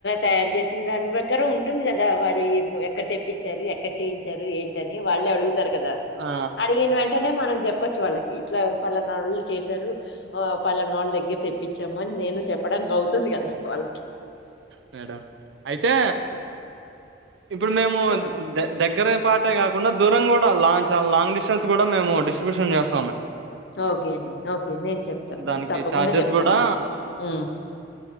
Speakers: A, on the left (about 65°); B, on the right (about 75°).
A: తాయారు దాని బక్కర ఉంటుంది కదా వారి ఎక్కడ తెప్పించారు ఎక్కడ చేయించారు ఏంటని వాళ్ళు అడుగుత కదా
B: ఆ
A: అడిగిన వెంటనే మనం చెప్పొచ్చు వాళ్ళకి ఇట్లా పలనాళ్ళు చేశారు ఆ పలనాళ్ళ దగ్గర తెప్పించాము అని నేను చెప్ప చెప్పడానికి అవుతుంది కదా వాళ్ళకి
B: మేడం అయితే ఇప్పుడు మేము
A: చెప్పండి
B: దగ్గర పాటే కాకుండా దూరం కూడా లాంచ్ చాల లాంగ్ డిస్టెన్స్ కూడా మేము డిట్రిబ్యూషన్ చేస్తం
A: ఓకే అండి ఓకే నేను చెప్తాను
B: దానికి
A: తప్పకుండా
B: చార్జెస్
A: చెప్తాను
B: కూడా
A: మీకు ఊ